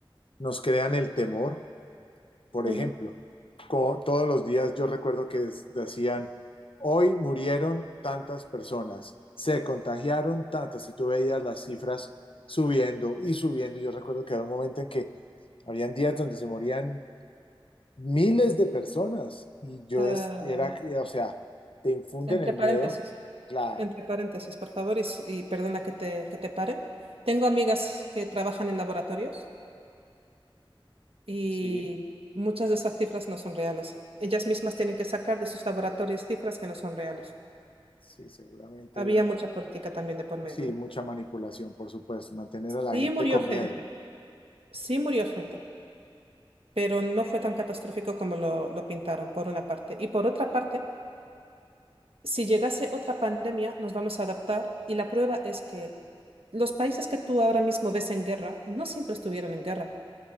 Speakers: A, on the left; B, on the right.
A: nos crean el temor. Por
B: Ujú.
A: ejemplo, co- todos los días yo recuerdo que es- decían, hoy murieron tantas personas, se contagiaron tantas, y tú veías las cifras subiendo y subiendo. Y Yo recuerdo que había un momento en que habían días donde se morían miles de personas y yo
B: Eh,
A: es, era, o sea, te infunden
B: entre
A: el
B: paréntesis,
A: miedo, claro,
B: entre paréntesis, por favor, y, s- y perdona que te, que te pare. Tengo amigas que trabajan en laboratorios y
A: sí,
B: muchas de esas cifras no son reales. Ellas mismas tienen que sacar de sus laboratorios cifras que no son reales.
A: sí, seguramente.
B: Había mucha política también de por medio.
A: Sí, mucha manipulación, por supuesto, mantener a la
B: Sí
A: gente
B: murió
A: con
B: gente,
A: miedo,
B: sí murió gente, pero no fue tan catastrófico como lo, lo pintaron, por una parte. Y por otra parte, si llegase otra pandemia, nos vamos a adaptar y la prueba es que los países que tú ahora mismo ves en guerra no siempre estuvieron en guerra.